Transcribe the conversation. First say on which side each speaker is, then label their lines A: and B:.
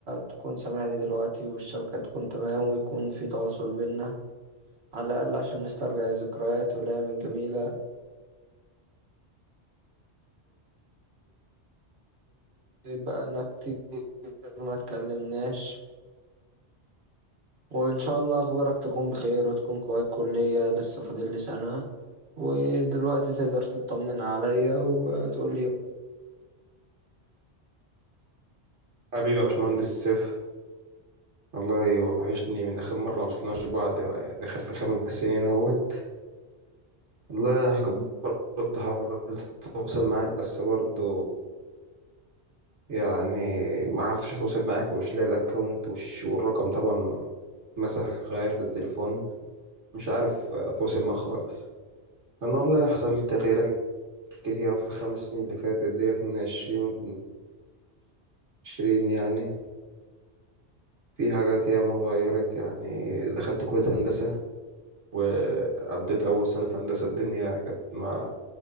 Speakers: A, on the right (about 65°); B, on the right (about 80°).
A: تكون سامعني دلوقتي والشبكة تكون تمام ويكون في تواصل بينا على الاقل عشان نسترجع الذكريات والايام الجميلة بقالنا كتير ما اتكلمناش وإن شاء الله أخبارك تكون بخير وتكون كويس كلية لسه فاضل لي سنة ودلوقتي تقدر تطمن عليا وتقول لي
B: حبيبي يا باشمهندس سيف والله وحشني من آخر مرة مشفناش بعض داخل في خمس سنين اهوت والله برضه حاولت أتواصل معاك بس برضه يعني ما عرفتش أتواصل معاك ومش لاقي الأكونت وش- والرقم طبعا مسح غيرت التليفون مش عارف أتواصل معاك خالص أنا والله حصل تغييرات كتيرة في الخمس سنين اللي فاتت ديت من عشرين عشرين يعني في حاجات ياما اتغيرت يعني دخلت كلية هندسة وقضيت أول سنة في هندسة الدنيا كانت مع